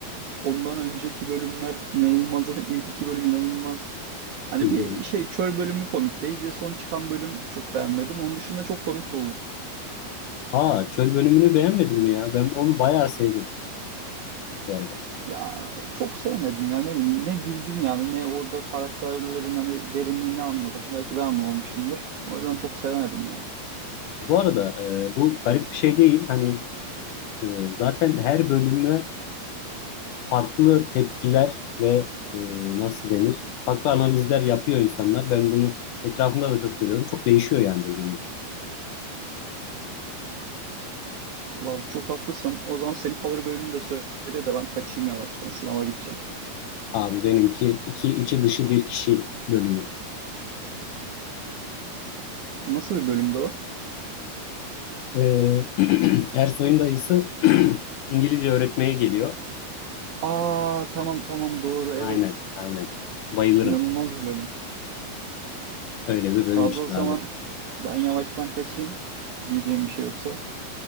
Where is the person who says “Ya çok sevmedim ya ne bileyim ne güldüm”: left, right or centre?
Right